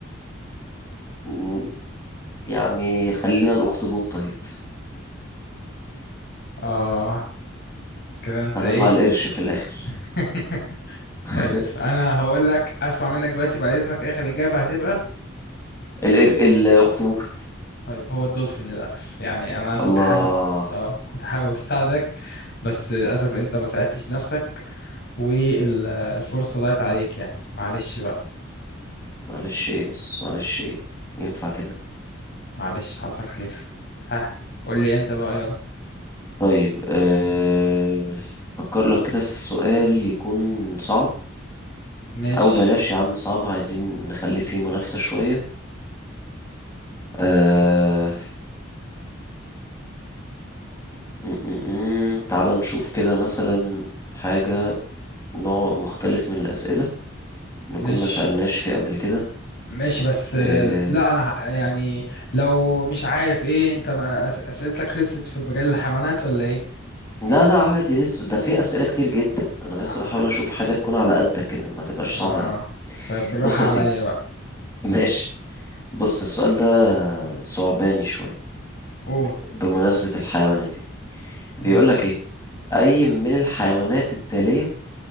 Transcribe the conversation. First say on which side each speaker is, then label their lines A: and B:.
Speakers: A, on the left; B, on the left.
A: م، يعني خلينا الاخطبوط طيب
B: اه كده انت
A: هتطلع
B: ايه
A: القرش في الاخر
B: <laughs>
A: <laughs>
B: طيب انا هقول لك اسمع منك دلوقتي بعد اذنك اخر اجابة هتبقى
A: القر الاخطبوط
B: طيب هو الدولفين للاسف يعني انا كنت
A: الله
B: حابب اه كنت حابب <laughs> اساعدك بس للاسف انت ما ساعدتش نفسك والفرصة ضاعت عليك يعني معلش بقى
A: معلش ايه بس معلش ايه ينفع كده
B: معلش حصل خير ها قول لي انت بقى يلا
A: طيب أه... فكر لك كده في سؤال يكون صعب
B: ماشي
A: او بلاش يا عم صعب عايزين نخلي فيه منافسة شوية أه... م- م- م. تعال نشوف كده مثلا حاجة نوع مختلف من الأسئلة نكون
B: ماشي
A: ما سألناش فيه قبل كده
B: ماشي بس آه،
A: أه...
B: لا انا ه- يعني لو مش عارف ايه انت ما أس- اسئلتك خلصت في مجال الحيوانات ولا ايه
A: لا لا عادي لسه ده في أسئلة كتير جدا أنا بس
B: ع-
A: بحاول أشوف حاجة تكون على قدك كده ما تبقاش
B: اه
A: صعبة أوي
B: طيب بالراحة
A: بص يا
B: عليا
A: سيدي
B: بقى
A: ماشي بص السؤال ده صعباني شوية
B: قول
A: بمناسبة الحيوانات يعني
B: ماشي
A: بيقولك إيه أي من الحيوانات التالية